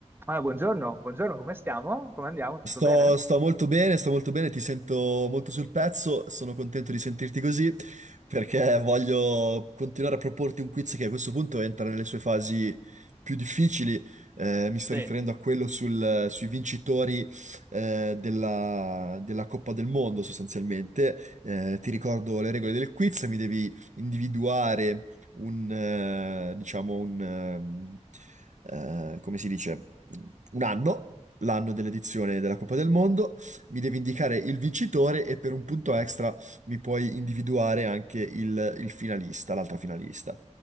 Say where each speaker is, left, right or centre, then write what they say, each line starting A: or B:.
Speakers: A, on the right; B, on the right.
A: Ah, buongiorno, buongiorno, come stiamo? Come andiamo? Tutto
B: Sto,
A: bene?
B: sto molto bene, sto molto bene, ti sento molto sul pezzo, sono contento di sentirti così perché voglio continuare a proporti un quiz che a questo punto entra nelle sue fasi più difficili. Eh, mi sto
A: Sì,
B: riferendo a quello sul- sui vincitori eh, della, della Coppa del Mondo sostanzialmente. Eh, ti ricordo le regole del quiz, mi devi individuare un, eh, diciamo, un, ehm, eh, come si dice, un anno l'anno dell'edizione della Coppa del Mondo, mi devi indicare il vincitore e per un punto extra mi puoi individuare anche il, il finalista, l'altra finalista.